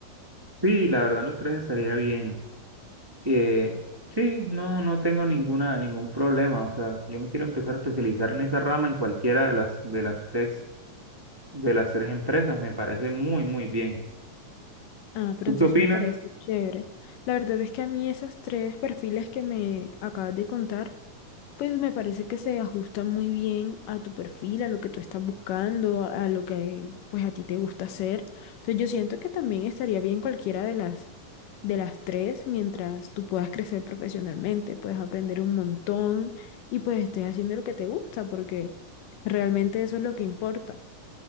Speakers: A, on the right (about 25°); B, on the left (about 80°).
A: Sí, la verdad los tres estaría bien. Eh, sí, no, no tengo ninguna, ningún problema. O sea, yo me quiero empezar a especializar en esa rama en cualquiera de las, de las tres, de las tres empresas. Me parece muy, muy bien.
B: Ah, pero
A: ¿Tú
B: entonces
A: qué opinas?
B: me parece chévere. La verdad es que a mí esos tres perfiles que me acabas de contar, pues me parece que se ajustan muy bien a tu perfil, a lo que tú estás buscando, a lo que pues a ti te gusta hacer. Entonces yo siento que también estaría bien cualquiera de las de las tres mientras tú puedas crecer profesionalmente, puedes aprender un montón y pues estés haciendo lo que te gusta, porque realmente eso es lo que importa.